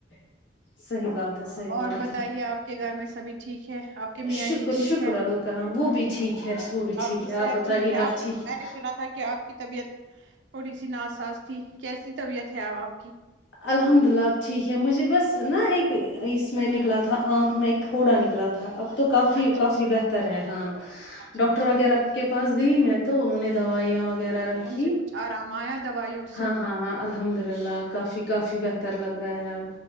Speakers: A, on the left (about 80°); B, on the right (about 80°).
A: <inaudible> صحیح بات ہے صحیح
B: اور
A: بات
B: بتائیے
A: ہے
B: آپ کے گھر میں سبھی ٹھیک ہے آپ کے میاں
A: شکر
B: جی ٹھیک
A: شکر
B: ہے
A: اللہ کہاں وہ بھی ٹھیک ہے وہ بھی ٹھیک
B: کی
A: ہے
B: صحت
A: آپ بتائیے
B: ہے
A: آپ
B: کی
A: ٹھیک ہے
B: میں نے سنا تھا کہ آپ کی طبیعت تھوڑی سی ناساز تھی کیسی طبیعت ہے اب آپ کی
A: الحمد للہ اب ٹھیک ہے مجھے بس نا ایک اس میں نکلا تھا آنکھ میں ایک پھوڑا نکلا تھا اب تو کافی
B: اچھا
A: کافی
B: اچھا
A: بہتر ہے ہاں
B: اچھا
A: ڈاکٹر
B: اچھا
A: وغیرہ کے پاس گئی میں تو انہوں نے دوائیاں وغیرہ رکھ
B: ان
A: جی
B: سے کچھ آرام آیا دوائیوں
A: ہاں
B: سے
A: ہاں ہاں الحمد للہ کافی کافی بہتر لگ رہا ہے اب